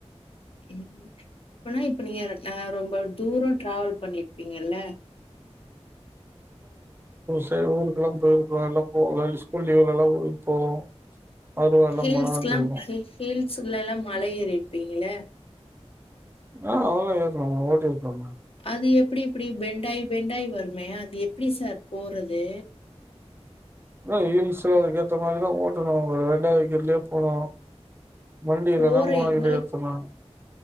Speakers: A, on the left (about 55°); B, on the right (about 20°).
A: ம் இப்பனா இப்ப நீங்க ஆ ரொம்ப தூரம் டிராவல் பண்ணிருப்பீங்கல்ல
B: சேரி ஊருக்கெல்லாம் போயிருக்கல எல்லாம் ஸ்கூல் லீவ்ல எல்லாம் ஊருக்கு போவோ அதுல எல்லா
A: ஹீல்ஸ்க்லாம்
B: போனாதா செய்வோ
A: ஹீ ஹீல் சுல்ல எல்லாம் மழை ஏறிர்ப்பீங்கள
B: ஆ அதெல்லாம் ஏர்னோ அவுங்க ஓட்டிருப்பாங்க
A: அது எப்டி எப்டி பெண்டாயி பெண்டாயி வருமே அது எப்டி சார் போறது
B: அதான் ஹீல்ஸ் சோ அது அந்த மாதிரிதான் ஓட்டணும் ரெண்டாவது கீர்லே போனு வண்டியில்லனா
A: போற
B: மூணாவது
A: எங்களுக்
B: கீர் ஏத்தலாம்